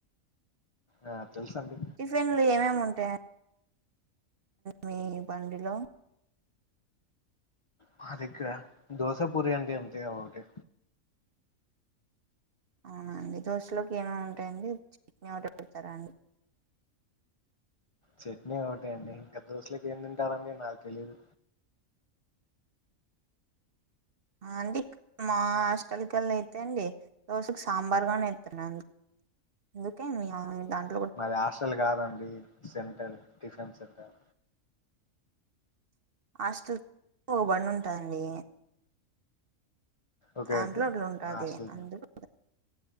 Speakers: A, on the left (about 45°); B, on the right (about 50°).
A: ఆ తెలుసండి
B: టిఫిన్లు ఏమేం ఉంటయం మీ బండిలో
A: మా దగ్గర దోస, పూరి అండి అంతె ఒకటె
B: అవునండి దోశలోకి ఏమేం ఉంటాయండి చట్నీ ఒకటె పెడతారా అండి
A: చట్నీ ఒకటే అండి ఇంక దోసెలకి ఏం తింటారండి నాకు తెలీదు
B: అండి మా హాస్టల్ కెళ్ళయితే అండి దోషకి సాంబార్గానేత్తరండి అందుకే మి <unintelligible>
A: మాది హాస్టల్ గాదండి సెంటర్ టిఫిన్ సెంటర్
B: హాస్టల్ కొక బండి ఉంటదండి
A: ఓకే
B: దాంట్లో
A: ఓకే
B: అట్లుంటాది
A: హాస్టల్
B: అందులో